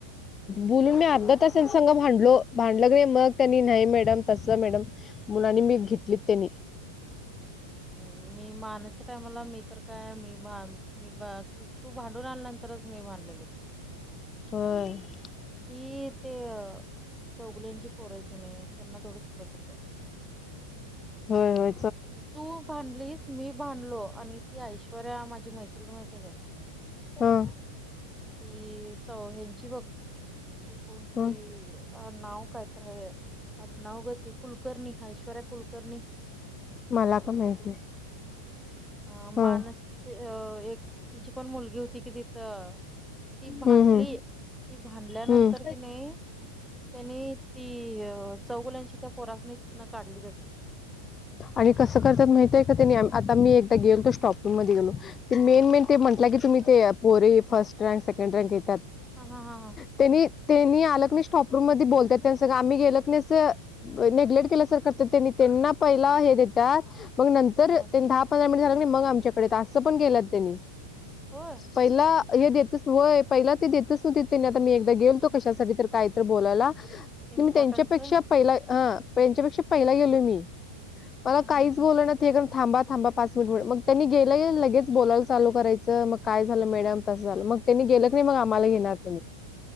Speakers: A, on the left; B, in the centre.
A: बोलून मी अर्ध तास संग भांडलो भांडलं क नाही मग त्यांनी नाही मॅडम तस मॅडम मुलांनी मी घेतलीत त्यांनी
B: हम् मी मानासच्या टायमाला मी तर काय मी मी त तू भांडून आल्यानंतरच मी भांडलेलो
A: हा
B: ती ते चौगल्यांची पोरयती नाही त्यांना तेवढंच पुढं करतात
A: हो हो
B: तू बांधलीस मी बांधलो आणि कि ऐश्वर्या माझी मैत्र्रीण माहित का
A: हा
B: ती चौ ह्यांची बघ चुकून ती
A: हा
B: अ नव कायत अ नवगती कुलकर्णीि ऐश्वरय कुलकर्णीि
A: मला का माहिती नाही
B: अ माणसची
A: हा
B: अ एक तिची पण मुलगी होती कि तिथं ती भांडली
A: हम्म हम्म
B: ती भांडल्यानंतर
A: हम्म.
B: कि नाही त्यांनी ती चौगुलांची त्या पोरातनी तिथन काढलीचच
A: आणि कसं करतात माहित आहे का तेनी आता मी एकदा गेलो स्टॉपरूम मध्ये गेलो ते मेन मेन
B: हा
A: ते म्हटलं की तुम्ही ते पोरे फर्स्ट रँक सेकंड रँक येतात
B: हा हा हा ह
A: त्यांनी त्यांनी आलं क नाही स्टॉपरूम मध्ये बोलतात त्यां सगळं आम्ही गेल क नाही नेग्लेक्ट केल्यासारखं त्यांनी त्यांना पहिला हे देतात मग नंतर
B: अ,
A: त्यांनी दहा पंधरा मिनिट झाग मग आमच्याकडे असं पण गेलंत त्यांनी
B: होय
A: पहिला हे देतच होय पहिला ते देतच नव्हते त्यांनी आता मी एकदा गेलतो कशासाठी तर काय तर बोलायला
B: इम्पॉर्टन्स
A: मी त्यांच्यापेक्षा
B: आहे
A: पहिला हा त्यांच्यापेक्षा पहिला गेलोय मी मला
B: हा
A: काहीच
B: हा हा
A: बोलणार एक थांबा थांबा पाच मिनट मिट मग त्यांनी गेलं गे लगेच बोलायला ल करायचं मग काय झालं मॅडम तसं झालं मग त्यांनी गेलं क नाही मग आम्हाला घेणार त्यांनी